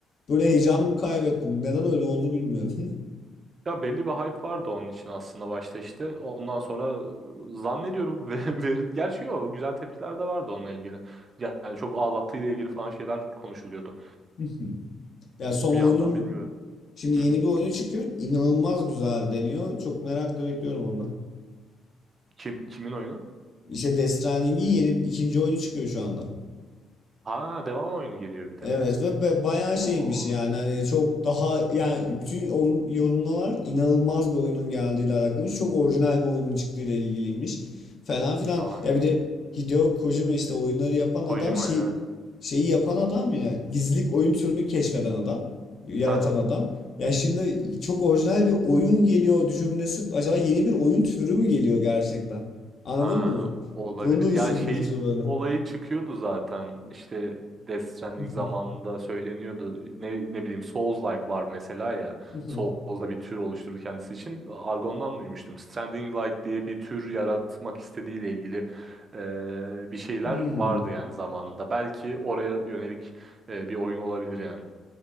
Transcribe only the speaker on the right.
Ya belli bir hype vardı onun için aslında başta işte. Ondan sonra e, zannediyorum <laughs> ve veril gerçi yok güzel tepkiler de vardı onunla ilgili. Yani çok ağlattığıyla ilgili falan şeyler konuşuluyordu.
Bir
yandan bilmiyorum.
Hı hı.
Kim kimin oyunu?
Ha devam oyunu geliyor bir de.
Oo
şahaneymiş.
Kojima
evet.
<laughs>
Ha,
olabilir.
Ya
şey
olayı çıkıyordu zaten. İşte Death Stranding
zamanında söyleniyordu. Ne, ne bileyim Souls-like var mesela ya.
Souls'da bir tür oluşturdu kendisi için. Argon'dan duymuştum. Stranding-like diye bir tür yaratmak istediğiyle ilgili e, bir şeyler
vardı yani zamanında. Belki oraya yönelik e, bir oyun olabilir yani.